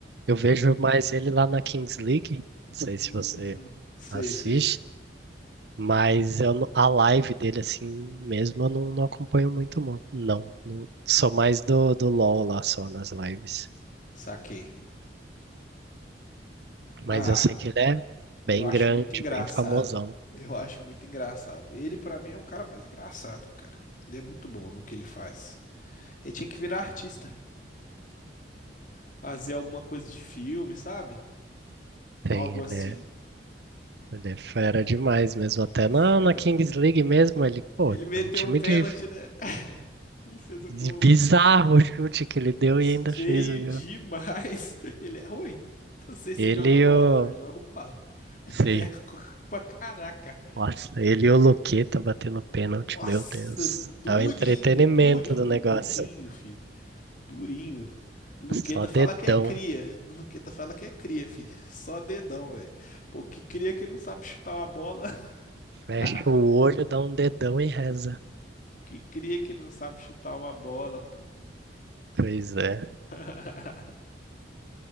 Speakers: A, on the right (about 65°); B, on the left (about 45°).
A: Eu
B: Uhum.
A: vejo mais ele lá na Kings League. Não sei
B: Hum,
A: se você
B: sei,
A: assiste,
B: sei.
A: mas eu, não- a live dele, assim mesmo, eu não, não acompanho muito, mo- não. Não- Sou mais do, do LoL lá só nas lives.
B: Saquei.
A: Mas
B: Ah,
A: eu sei que ele é bem
B: eu acho
A: grande,
B: muito engraçado.
A: bem famosão.
B: Eu acho muito engraçado. Ele, pra mim, é o cara mais engraçado, cara. Ele é muito bom no que ele faz. Ele tinha que virar artista. Fazer alguma coisa de filme, sabe?
A: Tem,
B: Algo
A: ele
B: assim.
A: é. Ele é fera demais mesmo,
B: Ele
A: até
B: é
A: na,
B: fera,
A: na Kings
B: pô.
A: League mesmo, ele, pô,
B: Ele
A: é
B: meteu
A: um time
B: um pênalti,
A: de,
B: né? <laughs> Ele fez o gol.
A: de bizarro o chute que ele deu
B: Feio
A: e ainda fez o gol.
B: demais. Ele é ruim. Não sei se
A: Ele
B: você joga bola,
A: e o...
B: filho. Eu jogo bola. Ele
A: Sim,
B: é ruim pra caraca.
A: nossa, ele e o Luqueta batendo pênalti,
B: Nossa,
A: meu Deus.
B: durinho,
A: É o entretenimento
B: durinho,
A: do negócio.
B: durinho, fi. Durinho. Luqueta
A: Só
B: fala
A: dedão.
B: que é cria. Luqueta fala que é cria, fi. Só dedão, velho. Pô, que cria que não sabe chutar uma bola.
A: Fecha
B: <laughs>
A: o olho, dá um dedão e reza.
B: Que cria que não sabe chutar uma bola, pô.
A: Pois é,
B: <laughs>